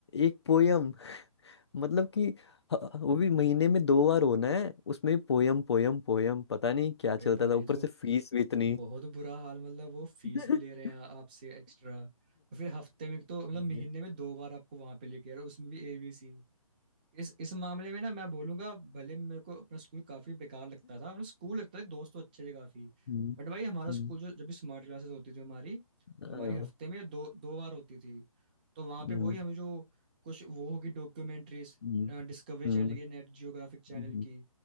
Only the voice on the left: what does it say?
एक पोयम मतलब कि ह- वो भी महीने में दो बार होना है उसमें भी पोयम पोयम पोयम पता नहीं क्या
चलता
था ऊपर
से फीस भी इतनी
<laughs>
हम्म
हम्म,
हम्म,
हाँ,
हम्म,
हम्म,
हम्म,
हम्म,